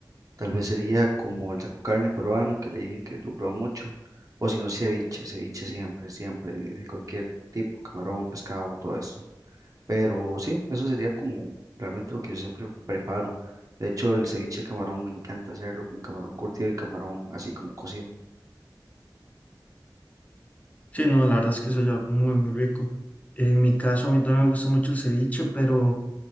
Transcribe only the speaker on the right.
tal vez sería como el taco carne peruano, que le dije que lo probó mucho, o si no, ceviche, ceviche siempre, siempre, de cualquier tipo, camarón, pescado, todo esto. Pero sí, eso sería como realmente lo que yo siempre preparo. De hecho, el ceviche de camarón me encanta hacerlo con camarón curtido y camarón así como cocido.